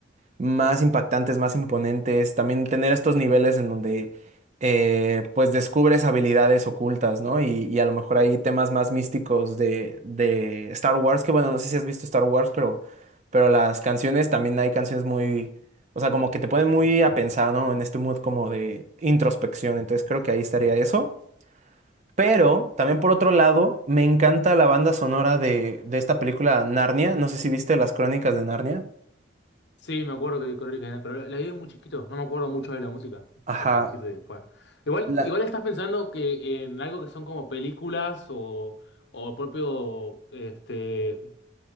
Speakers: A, on the right (about 35°); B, on the left (about 65°).
A: más impactantes, más imponentes, también tener estos niveles en donde eh, pues descubres habilidades ocultas, ¿no? Y, y a lo mejor hay temas más místicos de, de Star Wars, que bueno, no sé si has visto Star Wars, pero, pero las canciones también hay canciones muy, o sea, como que te ponen muy a pensar, ¿no? En este mood como de introspección, entonces creo que ahí estaría eso. Pero también por otro lado, me encanta la banda sonora de, de esta película Narnia. No sé si viste las crónicas de Narnia.
B: sí, me acuerdo que vi Crónicas de pero la vi muy chiquito, no me acuerdo mucho de la música,
A: Ajá.
B: para decirte después. Igual,
A: La,
B: igual estás pensando que en algo que son como películas o, o propio, este,